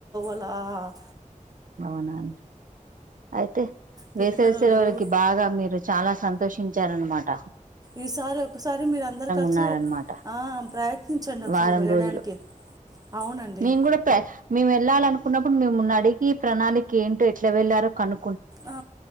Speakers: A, on the right; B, on the right.
A: లా
B: అవునండి అయితే
A: పుట్టినరోజులు
B: వేసవసలకి బాగా మీరు చాలా సంతోషించ ఉచ్చరణ మాట
A: ఈసారి ఒకసారి మీరు అందరు కలిసి
B: ఉన్నారనమాట
A: ఆ ప్రయత్నించండి ఒకసారి
B: వారం
A: వెళ్ళడానికి
B: రోజులు
A: అవునండి
B: మేము కూడా ప్ర మేము వెళ్ళాలి అనుకున్నా ప్పుడు మేమున్న అడిగి ఈ ప్రణాళికకి ఏంటో ఎట్లా వెళ్లారో కను
A: ఆ